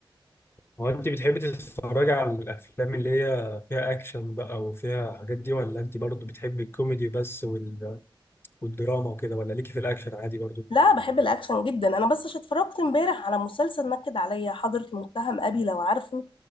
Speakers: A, on the left (about 25°); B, on the left (about 70°).
A: هو انت بتحبي تتفرجي على الافلام اللي هي فيها اكشن بقى وفيها حاجات دي ولا انت برضو بتحبي الكوميدي بس وال... والدراما وكده ولا ليكي في الاكشن عادي برضو
B: لا بحب الاكشن جدا انا بس عشان اتفرجت امبارح على مسلسل نكد عليا حضرة المتهم ابي لو عارفه